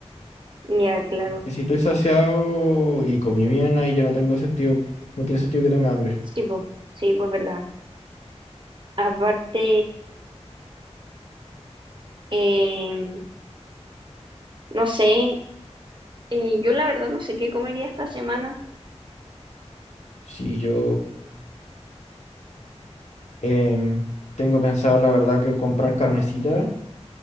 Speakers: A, on the right; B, on the left.
A: Ya, claro.
B: Que si estoy saciado y comí bien, ahí ya no tengo sentido, no tiene sentido que tenga hambre.
A: Sí, pues, sí, pues verdad. Aparte, Em, no sé, eh, yo la verdad no sé qué comería esta semana.
B: Si yo em, tengo pensado, la verdad, que comprar carnecita